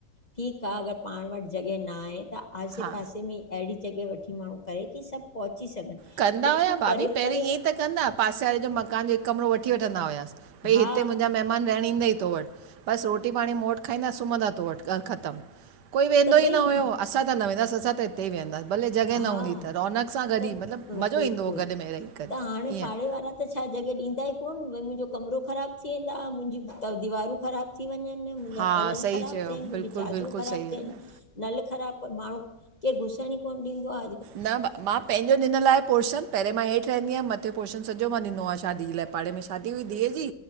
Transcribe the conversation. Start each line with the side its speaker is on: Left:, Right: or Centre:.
Left: ठीकु आ अगरि पाण वटि जॻहि न आहे त आसे
Right: हा
Left: पासे में ई अहिड़ी जॻह वठी माण्हू करे कि सभु पंहुची सघनि।
Right: कंदा
Left: एतिरो
Right: हुया भाभी
Left: परे
Right: पहिरीं
Left: परे
Right: ईअं ई त कंदा हुया, पासे वारे जो मकान जो हिकु कमिरो वठी वठंदा हुआस। भई
Left: हा
Right: हिते मुंहिंजा महिमान रहणु ईंदई तो वटि, बस रोटी पाणी मूं वटि खाईंदा, सुम्हंदा तो वटि, बस ॻाल ख़तमु। कोई वेंदो
Left: त भई
Right: ई न हुयो,
Left: हा
Right: असां त न वेंदासीं, असां त हुते वेहंदासीं, भले जॻहि न
Left: हा
Right: हूंदी त रौनक सां गॾु
Left: त
Right: मतिलबु
Left: बिल्कुलु।
Right: मज़ो ईंदो हुओ गॾ में रही करे
Left: त हाणे
Right: ईअं
Left: पाड़े वारा ॿि त छा जॻहि ॾींदा ई कोन, भई मुंजो कमिरो ख़राबु थी वेंदा, मुंहिंजी दीवारूं ख़राबु थी वञनि मुंजा
Right: हा
Left: पलंग
Right: सही
Left: ख़राब
Right: चयो
Left: थियनि, मुंजी
Right: बिल्कुलु
Left: चादरूं
Right: बिल्कुलु
Left: ख़राबु
Right: सही
Left: थियनि,
Right: आहे
Left: नल ख़राबु, माण्हू केरु घुसण ॾींदो आ।
Right: न मां पंहिंजे ॾिनल आहे पोर्शन। पहिरें मां हेठि रहंदीयम, मथे पोर्शन सॼो मां ॾिनो आ शादीअ जे लाइ पाड़े में शादी हुई धीअ जी,